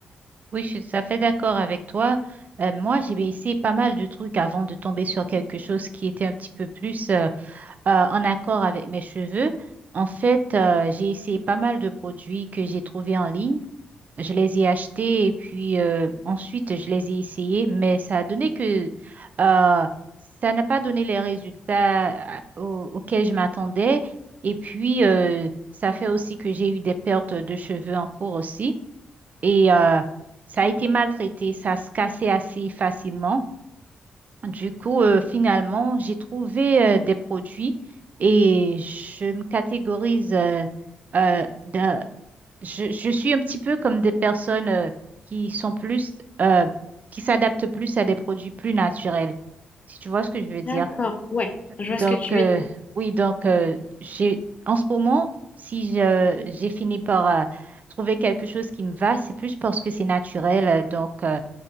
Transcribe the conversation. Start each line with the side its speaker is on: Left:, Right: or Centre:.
Right: Oui, je suis tout à fait d'accord avec toi. Euh, moi, j'ai essayé pas mal de trucs avant de tomber sur quelque chose qui était un petit peu plus euh, euh, en accord avec mes cheveux. En fait, euh, j'ai essayé pas mal de produits que j'ai trouvés en ligne. Je les ai achetés et puis euh, ensuite, je les ai essayés, mais ça a donné que euh, ça n'a pas donné les résultats à- au- auxquels je m'attendais. Et puis, euh, ça fait aussi que j'ai eu des pertes de cheveux en cours aussi et euh, ça a été maltraité, ça se cassait assez facilement. Du coup, euh, finalement, j'ai trouvé euh, des produits et je me catégorise, euh, euh, d'un- je, je suis un petit peu comme des personnes euh, qui sont plus, euh, qui s'adaptent plus à des produits plus naturels, si tu vois ce que je veux dire.
Left: D'accord, ouais, je
Right: Donc,
Left: vois ce que tu
Right: euh,
Left: veux
Right: oui, donc, euh, j'ai, en ce moment, si je- j'ai fini par euh, trouver quelque chose qui me va, c'est plus parce que c'est naturel. euh, Donc, euh,